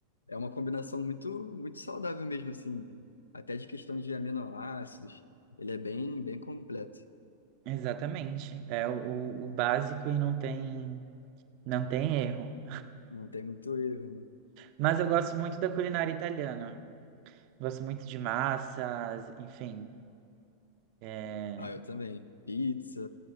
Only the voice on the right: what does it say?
exatamente. É o, o o básico e não tem, não tem erro.
Mas eu gosto muito da culinária italiana. Gosto muito de massas, enfim. é,